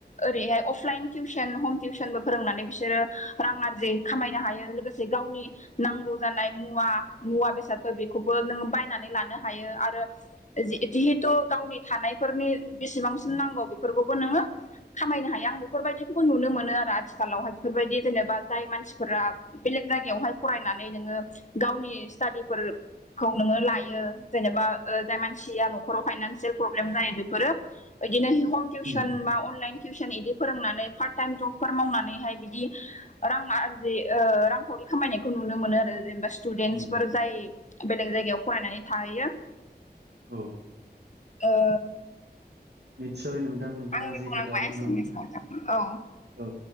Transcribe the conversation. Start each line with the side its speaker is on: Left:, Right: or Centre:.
Left: ओरै हाय अफलाइन टिउसन हम टिउसनबो फोरोंनानै बिसोरो रां आरजि खामायनो हायो लोगोसे गावनि नांगौ जानाय मुवा मुवा बेसादफोर खौबो नों बायनानै लानो हायो आरो जिहेथु गावनि थानाय फोरनि बिसिबांसिन नांगौ फोरफोरखौबो नोङो खामायनो हायो आं बेफोरबायदिखौबो नुनो मोनो आरो आथिखालावहाय बेफोरबायदि जेनेबा जाय मानसिफोरा बेलेग जायगायावहाय फरायनानै नोङो गावनि स्टाडि फोर खौ नोङो लायो जेनेबा जाय मानसिया न'खराव फाइनानसियेल प्रब्लेम जायो बेफोरो बिदिनो हम टिउसन
Right: उम
Left: बा अनलाइन टिउसन बिदि फोरोंनानै पार्ट टाइम जबफोर मावनानैहाय बिदि रां आरजि ओ रांखावरि खामायनायखौ नुनो मोनो आरो जेनेबा स्टुडेन्टसफोर
Right: उम
Left: जाय बेलेग जायगायाव फरायनानै थाहैयो
Right: औ
Left: ओ
Right: निस्सय नोंथां नोंथांङा
Left: आंनि
Right: जि
Left: बुंनांगौआ
Right: खोथा बुंदों
Left: एसेनोसै नोंथां। औ
Right: औ